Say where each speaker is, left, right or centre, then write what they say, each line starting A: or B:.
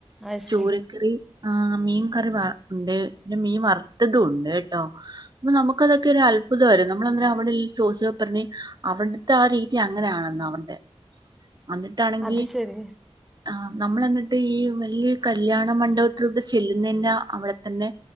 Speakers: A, in the centre; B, on the right (about 40°).
A: അത്
B: ചൂരക്കറി
A: ശരി
B: ആഹ് മീൻ കറി വ ഉണ്ട് പിന്നെ മീൻ വറുത്തതും ഉണ്ട് കേട്ടോ അപ്പൊ നമുക്കതൊക്കെ ഒരു അത്ഭുതായിരുന്ന് നമ്മളെന്നേരം അവിടെ ചോദിച്ചപ്പോ പറഞ്ഞ് അവിടുത്തെ ആ രീതി തി അങ്ങനെയാണെന്ന് അവടെ വന്നിട്ടാണെങ്കി
A: അത് ശരി
B: ആഹ് നമ്മള്ന്നിട്ട് ഈ വലിയ കല്യാണ മണ്ഡപത്തിലൂടെ ചെല്ലുന്നേന്റെ അവിടെ തന്നെ